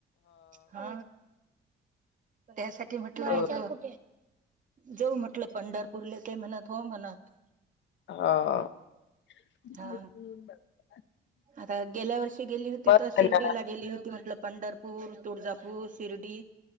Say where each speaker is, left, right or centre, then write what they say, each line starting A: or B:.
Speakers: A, on the right; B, on the left.
A: हा त्यासाठी म्हटलं
B: बरोबर
A: मग जाऊ म्हटलं पंढरपूरले ते म्हणत हो म्हणत.
B: आ
A: हा आता गेल्या वर्षी गेली होती
B: बर
A: तर
B: आहे
A: शिर्डीला
B: ना
A: गेली होती म्हटलं पंढर पूर, तुळजापूर, शिर्डी